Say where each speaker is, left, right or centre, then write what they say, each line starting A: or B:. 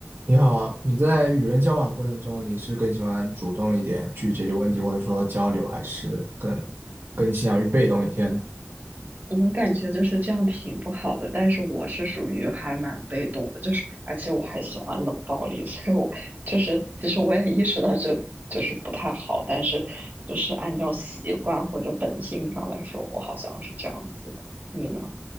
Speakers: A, on the right; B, on the right.
A: 你好啊你在与人交往过程中，你是更喜欢主动一点去解决问题，或者说交流，还是更更倾向于被动一些呢？
B: 我感觉就是这样挺不好的，但是我是属于还蛮被动的，就是而且我还喜欢冷暴力，<laughs> 所以我就是其实我也意识到这就是不太好，但是就是按照习惯或者本性上来说，我好像是这样子的。你呢？